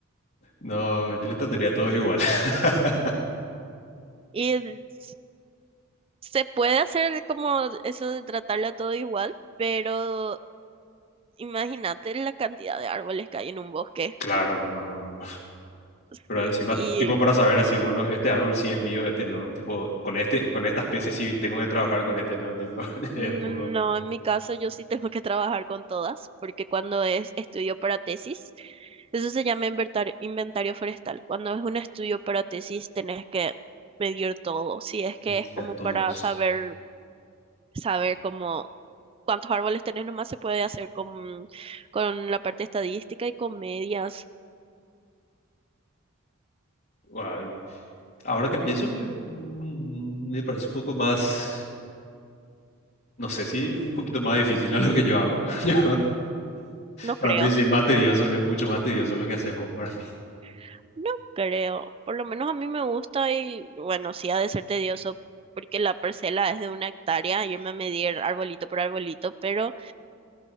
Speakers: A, on the left (about 50°); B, on the right (about 25°).
A: No, yo les trataría a todos igual. <laughs>
B: Y s- se puede hacer como eso de tratarlo todo igual, pero imagínate la cantidad de árboles que hay en un bosque.
A: Claro, no. Pero
B: Sí.
A: encima, t- tipo, para saber así, bueno, este árbol sí es mío, este no. Tipo, con este, con esta especie sí tengo que trabajar, con este no. Tipo, <laughs> es
B: Mm,
A: un poco.
B: No, en mi caso yo sí tengo que trabajar con todas, porque cuando es estudio para tesis, eso se llama inventar- inventario forestal. Cuando es un estudio para tesis, tenés que medir todo. Si es que
A: Hija,
B: es como
A: todos.
B: para saber, saber cómo cuántos árboles tenés, nomás se puede hacer con, con la parte estadística y con medias.
A: Guau, Ahora que pienso, me, mm, me parece un poco más. No sé si un poquito más difícil a lo que yo hago. <laughs> Yo-
B: No creo,
A: para mí sí, más tedioso, es mucho más tedioso lo que haces vos para mí.
B: <laughs> no creo. Por lo menos a mí me gusta y bueno, sí ha de ser tedioso porque la parcela es de una hectárea, irme a medir arbolito por arbolito, pero